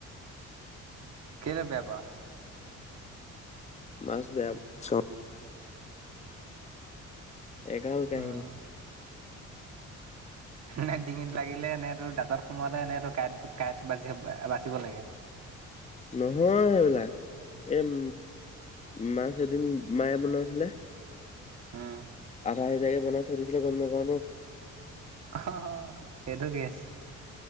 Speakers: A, on the right (about 60°); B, on the left (about 20°).
A: কেনে বেয়া পাও?
B: মাছ বেয়া চ এগাল কাহিনী
A: উম নে ডিঙিত লাগিলে, নে তোৰ দাতত সোমালে, নে তোৰ কাঁইট কাঁইট বাচিব বাচিব লাগে? <inaudible>
B: নহয় সেইবিলাক। এ উম মাছ এদিন মায়ে বনাইছিলে
A: আহ।
B: আধ সিজাকে বনাই থৈ দিছিলে গম নাপাও ন
A: অ হ হ সেইটো কেছ।